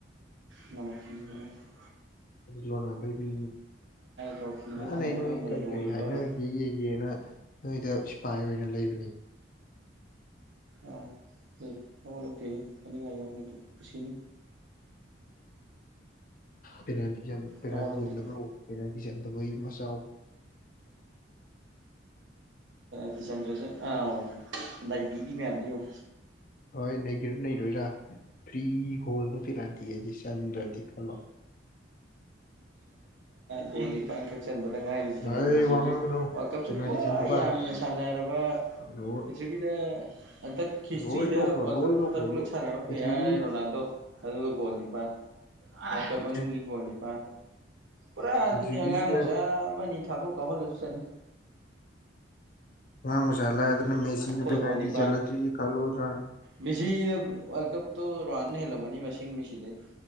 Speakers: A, on the right (about 80°); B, on the left (about 45°).
A: ꯅꯃꯦꯃꯦ ꯍ
B: ꯂꯣꯅꯥꯗ ꯃꯤ
A: ꯇ꯭ꯔꯣꯐꯤꯗꯣ
B: ꯀꯥꯟꯅꯩ
A: ꯊꯥꯡꯒꯠꯄ
B: ꯅꯣꯏ
A: ꯉꯝꯗꯅ
B: ꯀꯔꯤ
A: ꯂꯣꯏꯒꯦ
B: ꯀꯔꯤ ꯍꯥꯏꯅꯒꯦ
A: ꯇꯧꯔꯝꯃꯦ
B: ꯌꯦꯡꯒꯦꯅ ꯅꯣꯏꯗ ꯏꯁꯄꯥꯏ ꯑꯣꯏꯅ ꯂꯩꯕꯅꯤ
A: ꯑꯥ ꯂꯧꯗꯦ ꯍꯥꯏꯌ ꯑꯗꯨ ꯑꯗꯨ ꯄꯨꯁꯤꯅꯤ
B: ꯄꯦꯇ ꯄꯦꯔꯇꯤꯟꯗꯕ
A: ꯅꯋꯥ ꯂꯧꯗꯦ
B: ꯄꯦꯔꯇꯤꯟꯗꯕꯒꯤ ꯃ ꯆꯥꯎ
A: ꯀꯤ ꯁꯥꯟꯖꯁꯦ ꯑꯥꯎ ꯂꯩꯥꯏꯕꯤ ꯐꯄꯤ ꯃꯗ ꯑꯨ
B: ꯍꯣꯏ ꯂꯩꯒꯔ ꯂꯩꯗꯣꯏꯔꯥ ꯐ꯭ꯔꯤꯒꯣꯜ ꯅꯠꯇꯤꯔꯥꯅꯤ ꯗꯤ ꯆꯦꯟꯗ꯭ꯔꯗꯤ ꯈꯜꯂꯣ
A: ꯞꯣꯅꯤ ꯄ ꯈ ꯆꯟꯕꯗ ꯉꯥꯏꯔꯤꯕꯗꯨꯅ
B: ꯍꯩ
A: ꯄꯨꯟꯁꯤꯒꯤ
B: ꯋꯥ ꯉꯥꯡꯒꯅꯨ
A: ꯋꯥꯔꯜ ꯀꯞꯁꯨ
B: ꯄꯦꯅꯥꯜꯇꯤ
A: ꯈ꯭ꯋꯥ
B: ꯆꯟꯗꯕ
A: ꯌꯥꯝꯅ ꯁꯥꯟꯅꯔꯕ
B: ꯂꯣꯏ
A: ꯄ꯭ꯔꯤꯊꯤꯕꯤꯗ ꯍꯟꯗꯛ ꯍꯤꯁꯇ꯭ꯔꯤꯗ
B: ꯂꯣꯏ ꯇꯣꯛꯈ꯭ꯔꯣ
A: ꯋꯥꯔꯜ
B: ꯂꯣꯏ
A: ꯀꯞ
B: ꯇꯣꯛꯈ꯭ꯔꯣ
A: ꯇꯔꯨꯛꯂꯛ
B: ꯂꯣꯏ
A: ꯁꯥꯟꯅꯕ
B: ꯄ꯭ꯔꯤꯊꯤꯕꯤ
A: ꯄ꯭ꯂꯦꯌꯥꯔ ꯔꯣꯅꯥꯜꯗꯣ ꯑꯗꯨꯒ ꯒꯣꯜ ꯅꯤꯄꯜ ꯀꯞ
B: ꯄ꯭ꯔꯤꯊꯤ
A: ꯃꯅꯨꯡꯒꯤ ꯒꯣꯜ ꯅꯤꯄꯥꯜ ꯄꯨꯔꯥ ꯑꯗꯨꯗꯤ
B: ꯄ꯭ꯔꯤꯊꯤꯕꯤꯁꯤꯗ
A: ꯑꯉꯥꯡ ꯃꯆꯥ ꯑꯃꯅꯤ ꯊꯥꯗꯣꯛ ꯀꯥꯎꯍꯜꯂꯁꯨ ꯆꯠꯅꯤ
B: ꯑꯥꯡ ꯃꯁꯥꯂꯥ ꯑꯗꯨꯅ ꯃꯦꯁꯤꯅ
A: ꯒꯣꯜ
B: ꯄꯦꯔꯗꯤ
A: ꯅꯤꯄꯥꯟ
B: ꯆꯠꯂ꯭ꯔꯤꯁꯤ ꯈꯜꯂꯨꯗ꯭ꯔꯥ
A: ꯃꯦꯁꯤꯅ ꯋꯥꯔꯜ ꯀꯞꯇꯣ ꯔꯨꯗꯅ ꯍꯦꯜꯂꯝꯒꯅꯤ ꯃꯁꯤꯡ ꯃꯦꯁꯤꯗꯩ